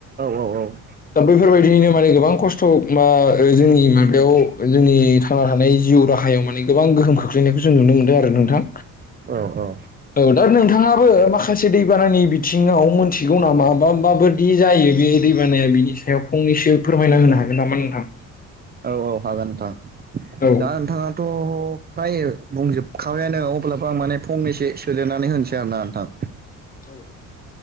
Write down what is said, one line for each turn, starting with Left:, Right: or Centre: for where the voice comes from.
Right: औ औ
Left: दा बैफोरबायदियैनो माने गोबां खस्थ मा ओ जोंनि माबायाव जोंनि थांना थानाय जिउ राहायाव माने गोबां गोहोम खोख्लैनायखौ जों नुनो मोन्दों आरो नोंथां।
Right: औ औ।
Left: औ दा नोंथाङाबो माखासे दैबानानि बिथिङाव मोनथिगौ नामा बा माबाय दि जायो बे दैबानाया बिनि सायाव फंनैसो फोरमायना होनो हागोन नामा नोंथां?
Right: अ हागोन नोंथां
Left: औ
Right: दा नोंथाङा त' फ्राय बुंजोबखाबायानो अब्लाबो आं माने फांनैसो सोदेरनानै होनोसै आरो ना नोंथां।
Left: औ